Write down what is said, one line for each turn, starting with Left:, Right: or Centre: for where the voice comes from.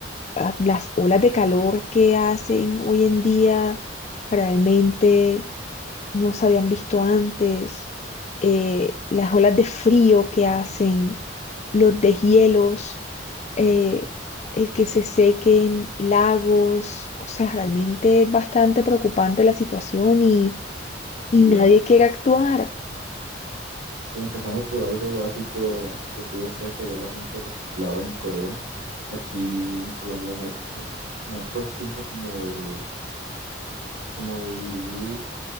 Left: ah, las olas de calor que hacen hoy en día realmente no se habían visto antes, eh, las olas de frío que hacen, los deshielos, eh, el que se sequen lagos, o sea, realmente es bastante preocupante la situación y, y
Right: Claro.
Left: nadie quiere actuar.
Right: Sí, empezando por algo básico que tú decías que allá la gente reciclaba en Corea. Aquí en Colombia no hay, no hay costumbre como de, como de dividir